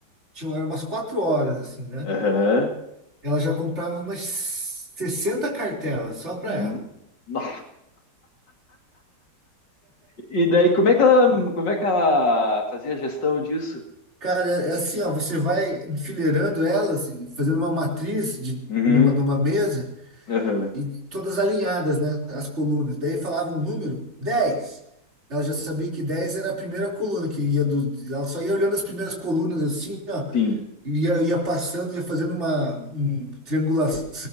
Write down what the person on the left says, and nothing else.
Aham.
Hum.
Nó. E daí, como é que ela, como é que ela fazia a gestão disso?
Uhum.
Aham.
Sim.